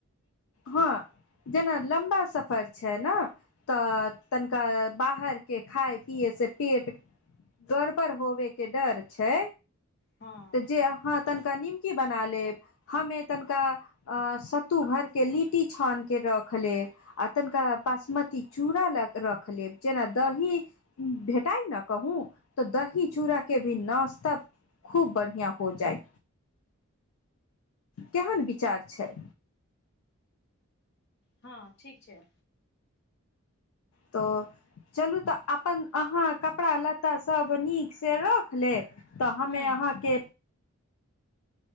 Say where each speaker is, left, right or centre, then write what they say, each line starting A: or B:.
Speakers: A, on the left; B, on the left.
A: हाँ जेना लम्बा सफर छै ना। त तनिका बाहरके खाइ पियै से पेट गड़बड़ होबे के डर छै।
B: हँ
A: त जे अहाँ तनिका नीमकी बना लेब, हमे तनिका आ सत्तू भरिके लिट्टी छानिके रख लेब। आ तनिका बासमती चूड़ा ल के रख लेब, जेना दही भेटाई न कहु त दही चूड़ा के भी नाश्ता खूब बढ़िआं हो जाइ। केहन विचार छै।
B: हाँ ठीक छै।
A: त चलू त अपन अहाँ कपड़ा लत्ता सब नीकसे रख लेब त हमे
B: हूँ
A: अहाँके